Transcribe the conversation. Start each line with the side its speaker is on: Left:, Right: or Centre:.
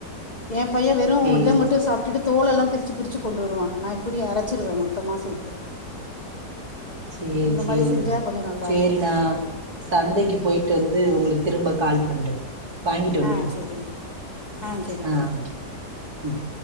Left: எ பைய வெறு
Right: சேரி
Left: இத மட்டு சாப்ட்டுட்டு தோலெல்லா பிரிச்சு பிரிச்சு கொண்டு வருவா நா இப்படி அரச்சிருவ மொத்தமா சேத்து
Right: சேரி சேரிங்க
Left: மாதிரி செஞ்சால் கொஞ்சம் நல்லாயிருக்கும்
Right: சேரி நா சந்தைக்கு போய்ட்டு வந்து உங்களுக் திரும்ப கால் பண்ற வாங்கிட்டு வந்துட்டு
Left: ஆ சரிங்க ஆ சரிங்க
Right: அ ஓகே ம்